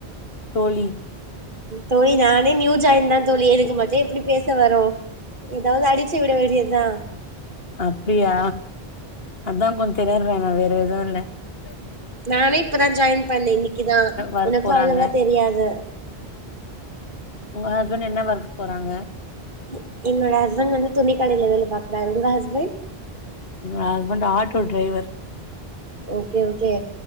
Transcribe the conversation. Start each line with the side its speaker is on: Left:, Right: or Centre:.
Left: தோழி
Right: தோழி நானே நியூ ஜாயின் தா தோழி எதுக்கு மட்டு எப்டி பேச வரு ஏதாவது அடிச்சு விட வேண்டிய தா
Left: அப்டியா அதா கொஞ்ச <unintelligible> வேற எதுல்ல கேக்கும்
Right: நானே இப்பதா ஜாயின் பண்ணே இன்னைக்கி தா
Left: ஒர்க்
Right: எனக்கு
Left: போறாங்க
Right: அவ்ளவா தெரியாது
Left: உங்க ஹஸ்பண்டு என்ன ஒர்க்கு போறாங்க
Right: எ என்னோட ஹஸ்பண்ட் வந்து துணி கடையில வேல பாக்றாரு உங்க ஹஸ்பண்ட்
Left: என்னோட husband auto driver
Right: okay okay